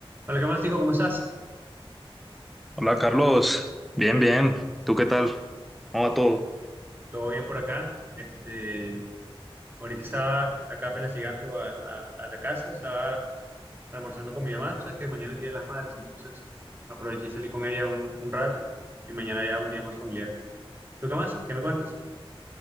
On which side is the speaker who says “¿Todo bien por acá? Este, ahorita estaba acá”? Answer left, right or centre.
Right